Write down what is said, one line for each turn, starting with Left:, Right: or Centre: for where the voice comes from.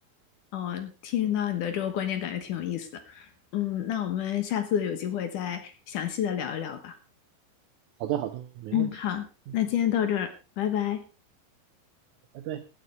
Left: 哦，听到你的这个观点，感觉挺有意思的。嗯，那我们下次有机会再详细的聊一聊吧。
Right: 好的，好的，没问题。
Left: 嗯，好，
Right: 嗯，
Left: 那今天到这儿，拜拜。
Right: 拜拜。